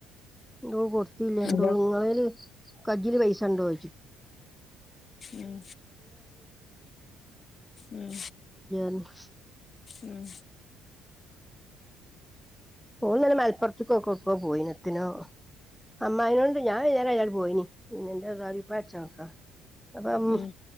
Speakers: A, in the centre; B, on the left.
A: ഡോൾ കൊടുത്തില്ല
B: അതെ
A: ഡോ ഇങ്ങല് കൈയില് പൈസ ഉണ്ടോ <unintelligible>
B: ഉം ഉം
A: <unintelligible>
B: ഉം
A: ഓന്നല്ല മലപ്പുറത്തക്കൊ കൊക്കോ പോയിനത്തിനോ അമ്മാനോണ്ട് ഞാൻ നേറെ അയാൾ പോയിനി പിന്നന്റെതപ്പ അച്ച നക്കാ അപ്പം
B: ഉം